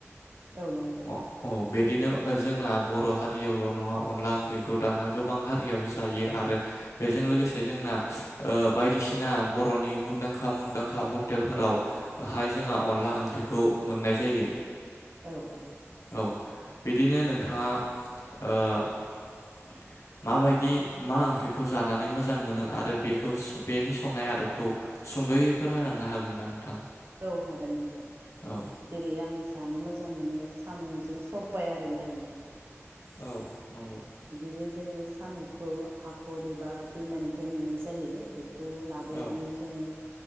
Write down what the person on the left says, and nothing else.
अ- औ बिदिनो जोंना बर हारियावल नङा अनला ओंख्रिखौ दाना गोबां हारियाबो जायो आरो बेजों लोगोसे जोंना ओ बायदिसिना बरनि मुंदांखा मुंदांखा हटेलफोराव हाय जोंहा। अनला ओंख्रिखौ मोननाय जायो।
औ बिदिनो नोंथाङा ओ माबायदि मा ओंख्रिखौ जानानै मोजां मोनो आरो बेखौ बेनि संनाय आदबखौ सुंदयै फोरमायलांनो हागोनना नोंथां?
औ
औ नंगौ।
औ